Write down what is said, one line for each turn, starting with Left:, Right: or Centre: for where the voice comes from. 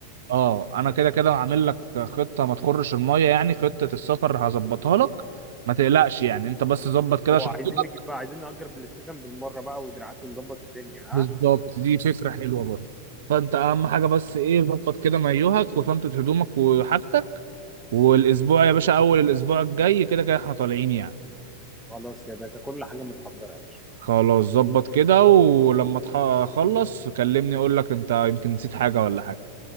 Right: اه انا كده كده هعمل لك خطه ما تخرش الميه يعني خطه السفر هظبطها لك ما تقلقش يعني انت بس ظبط كده
Centre: وعايزين
Right: شنطتك
Centre: نجيب بقى عايزين نأجر بلاي ستيشن بالمرة بقى ودراعات ونظبط الدنيا ها
Right: بالظبط دي فكره حلوه برضه فانت اهم حاجه بس ايه ظبط كده مايوهك وشنطه هدومك وحاجتك والاسبوع يا باشا اول الاسبوع الجاي كده كده احنا طالعين يعني
Centre: خلاص يا باشا كل حاجة متحضرة يا باشا
Right: خلاص ظبط كده ولما تخلص كلمني اقول لك انت يمكن نسيت حاجة ولا حاجة